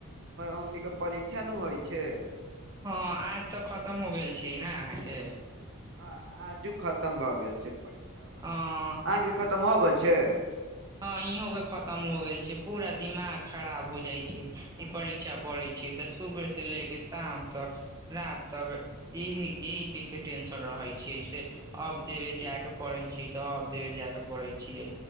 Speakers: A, on the right (about 55°); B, on the right (about 15°).
A: हमनी के परीक्षा न होइ छैय।
B: हँ आज तऽ खतम हो गेल छै ने अहाँके।
A: हँ आजू खतम भए गेल छै परीक्षबा अहाँके
B: हँ
A: खतम हो गेल छैय।
B: ह इहों के खतम हो गेल छैय। पूरा दिमाग खराब हो जाइ छैय ई परीक्षा पड़ै छैय तऽ सुबेह से ले के शाम तक रात तक इहि एहि चीजके टेंशन रहै छैैय ऐसे। अब
A: जी
B: देबे जाय के पड़ै छैय तऽ अब देबे जाय के पड़ै छियै।